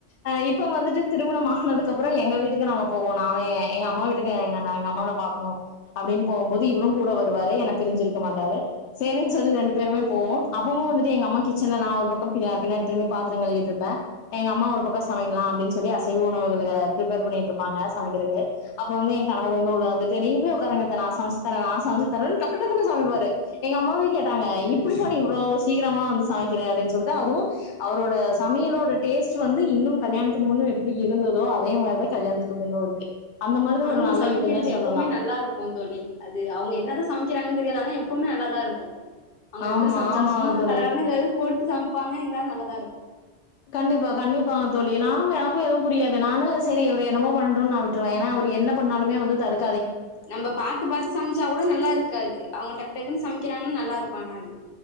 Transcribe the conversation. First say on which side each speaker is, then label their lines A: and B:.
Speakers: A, on the left; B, on the left.
A: ஆ இப்போ வந்துட்டு திருமண ஆகுனதுக்கு அப்புறோ எங்க வீட்டுக்கு நாங்க போவோ நானு எ எ எங்க அம்மா வீட்டுக்கு எ எங்க ந எங்க அம்மாவ நா பாக்குணு அப்டினு போகும்போது இவரு கூட வருவாரு என்ன பிரிஞ்சிருக்க மாட்டாரு சேரினு சொல்லி ரெண்டு பேருமே போவோ அப்பவு வந்துட்டு எங்க அம்மா கிச்சன்ல நா ஒரு பக்கோ பி பின்னாடி திரும்பி பாத்திரோ கழுவிட்டு இருப்ப எங்க அம்மா ஒரு பக்கோ சமைக்கலா அப்டினு சொல்லி அசைவ உணவுகள ப்ரிப்பர் பண்ணிட்டு இருப்பாங்க சமைக்கிறதுக்கு அப்போ வந்து என் கணவர் வந்து உள்ள வந்துட்டு நீங்க போய் உக்காருங்க அத்த நா சமைச்சு தரே நா சமைச்சு தரேன்டு டக்கு டக்குனு சமைப்பாரு எங்க அம்மாவே கே ப்பாங்க
B: ம்
A: இப்டி போ நீ சீக்கிரமா வந்து சமைக்கிற அப்டினு சொல்ட்டு அதுவு அவரோட சமையலோட டேஸ்டு வந்து இன்னு கல்யாணத்துக்கு முன்ன எப்டி இருந்துதோ அதே மாதிரிதா கல்யாணத்துக்கு பிண்ணு இருக்கு அந்த மாதிரி
B: ஆண்கள்
A: ஒரு நல்ல
B: சமைக்கிறது
A: இதுன்னே சொல்லலா
B: எப்பவுமே நல்லாருக்கு தோழி அது அவங்க என்னதா சமைக்கிறாங்கனு தெரியாது ஆனா எப்பவுமே நல் லாருக்கு அவுங்க
A: ஆமா
B: எப்டி சம்ச்சாலு
A: ஆமாங்க
B: சும்மா
A: தோழி
B: கலராவுது எதாவுது போட்டு சம்ப்பாங்க இருந்தாலு நல்லாதா இருக்
A: கண்டிப்பா கண்டிப்பாங்க தோழி நானு எனக்கு எதுவு புரியாது நானு சரி ஒரு என்னமோ பண்டுனு நா விட்டுருவ ஏனா அவர் என்னப் பண்ணாலுமே வந்து தடுக்
B: நம்ப பாத்து பாத்து சம்ச்சா கூட நல்லாருக்காது அவுங்க டக்கு டக்குனு சமைக்கிறாங்க நல்லாருக் கோனாது